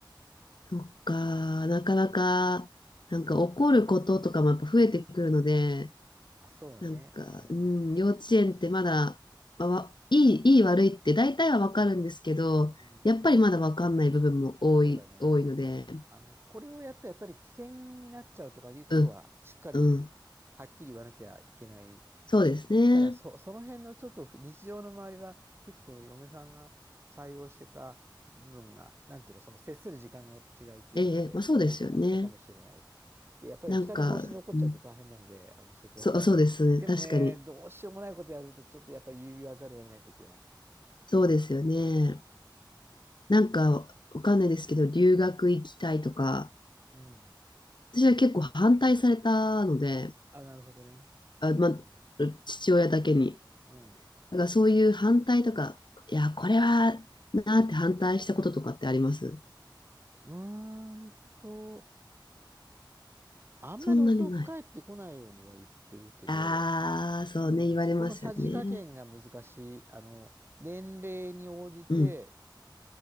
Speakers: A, on the left; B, on the right.
A: そっか。なかなか、なんか怒ることとかもやっぱ増えてくるので、
B: あ、そうね。
A: なんか、
B: うん。
A: うん、幼稚園ってまだ、まあわいい、いい悪いって大体はわかるんですけど、
B: うん。
A: やっぱりまだわかんない部分も多い、
B: そうだね。
A: 多いので、
B: あの、これをやったらやっぱり危険になっちゃうとかいうことは、
A: うん、
B: しっかり
A: うん、
B: はっきり言わなきゃいけないし、
A: そうですね。
B: ただそ、その辺のちょっと日常の周りは、結構嫁さんが対応してた部分が、なんていうの、その接する時間の違いっていうことで、
A: ええ、まあそうですよね。
B: 多かったかもしれないです。で、やっぱり二人同時に怒っちゃうと大変なので、
A: なんか、うん、
B: あの、<laughs> そこはうんでもね、
A: そう、そうですね。確かに。
B: どうしようもないことやると、ちょっとやっぱり言わざるを得ない時は
A: そうですよね。
B: あったかな。
A: なんか、
B: うん。
A: わかんないですけど、留学行きたいとか、
B: うん
A: 私は結構反対されたので、
B: あ、なるほどね。
A: あ、
B: うん。
A: まあ、父親だけに。
B: うん
A: だからそういう反対とか、いや、これはなーって反対したこととかってあります
B: うーんと、あんまり遅く帰ってこないようには言ってるけど、
A: そんなにない。ああ、そうね、
B: うん、
A: 言われますよね。
B: そこのさじ加減が難しい。あの、年齢に応じて、
A: うん。